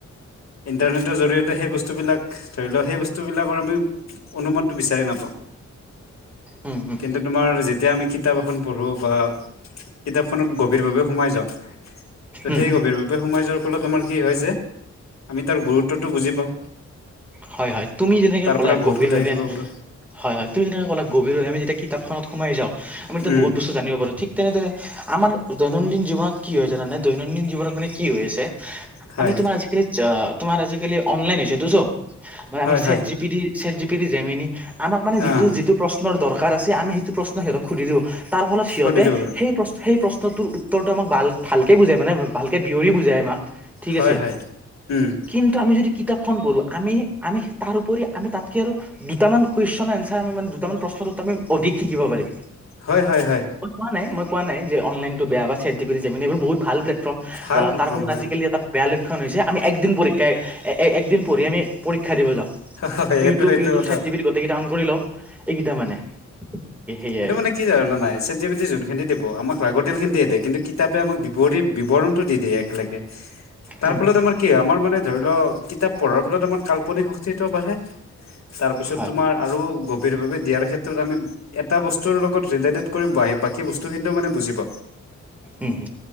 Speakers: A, on the left; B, in the centre.
A: ইণ্টাৰনেটৰ জৰিয়তে সেই বস্তুবিলাক ধৰি লোৱা সেই বস্তুবিলাকৰ আমি অনুমানটো বিচাৰি নাপাওঁ।
B: উম হুম।
A: কিন্তু তোমাৰ যেতিয়া আমি কিতাপ এখন পঢ়োঁ বা কিতাপখনত গভীৰভাৱে সোমাই যাওঁ। ত
B: উম
A: সেই গভীৰভাৱে সোমাই যোৱাৰ ফলত আমাৰ কি হয় যে আমি তাৰ গুৰুত্বটো বুজি পাওঁ।
B: হয় হয় তুমি যেনেকে
A: তাৰ
B: ক'লা
A: পৰা বহুত
B: গভীৰ
A: কথা
B: ভাবে
A: শিকিব পাৰো
B: হয় হয়। তুম যেনেকৈ ক'লা গভীৰ ভাৱে আমি যেতিয়া কিতাপখনত সোমাই যাওঁ আমি তেতিয়া
A: উম
B: বহুত বস্তু জানিব পাৰো ঠিক তেনেদৰে আমাৰ দৈনন্দিন জীৱনত কি হয় জানানে দৈনন্দিন জীৱনত মানে কি হৈ আছে।
A: হয়।
B: আমি তোমাৰ আজিকালি অহ তোমাৰ আজিকালি অনলাইন হৈছেটো চব। মানে
A: হয়
B: আমি chat
A: হয়
B: G P T chat G P T Gemini আমাক মানে যিটো
A: অ'
B: যিটো প্ৰশ্নৰ দৰকাৰ আছে আমি সেইটো প্ৰশ্ন সিহঁতক সুধি দিওঁ তাৰ ফলত সিহঁতে
A: সুধিলো বাৰু
B: সেই প্ৰচ সেই প্ৰশ্নটোৰ উত্তৰটো আমাক ভাল ভালকে বুজাই মানে ভালকে বিৱৰি বুজাই আমাক ঠিক
A: হয়
B: আছে
A: হয়। উম,
B: কিন আমি যদি কিতাপখন পঢ়োঁ আমি আমি তাৰ উপৰি আমি তাতকে আৰু দুটামান কুৱেশন এনচাৰ আমি মানে দুটামান প্ৰশ্নৰ উত্তৰ আমি অধিক শিকিব পাৰিম।
A: হয় হয় হয়।
B: মই কোৱা নাই মই কোৱা নাই যে অনলাইনটো বেয়া বা চেট জি পি টি এইবোৰ বহুত ভাল প্লেটফৰ্ম
A: ভাল প্লেটফৰ্ম
B: তাৰ ফলত
A: হয়
B: আজিকালি তাত বেয়া লক্ষণ হৈছে আমি একদিন পৰীক্ষা একদিন পঢ়ি আমি পৰীক্ষা দিব যাওঁ।
A: হয়
B: ইউটিউব
A: এইটো সেইটো
B: ইউটিউব,
A: কথা
B: চেট্ জিপিটি গোটেইকেইটা অনন কৰি লওঁ, এইকেইটা মানে। সেয়াই
A: সেইটো
B: আৰু
A: মানে কি জানা নে নাই? চাট্ জিপিটি যোন খিন্তি দিব, আমাক লাগতিয়াল খিন্তি হে দেই। কিতাপে আমাক বিৱৰি বিৱৰণটো দি দিয়ে একেল তাৰ
B: উম
A: ফলত আমাৰ কি হয়, আমাৰ মানে ধৰি ল' কিতাপ পঢ়াৰ ফলত আমাৰ কাল্পনিক শক তিটো বাঢ়ে। তাৰ পিছত
B: হয়
A: তোমাৰ আৰু গভীৰভাৱে দিয়াৰ ক্ষেত্ৰত আমি এটা বস্তুৰ লগত ৰিলেটেড কৰি বাই বাকী বস্তুখিনিতো মানে বুজি পাওঁ।
B: উম হু।